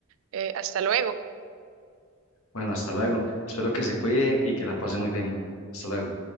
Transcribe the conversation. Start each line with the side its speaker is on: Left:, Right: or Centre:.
Right: Eh, hasta luego.
Left: Bueno, hasta luego. Espero que se cuide y que la pase muy bien. Hasta luego.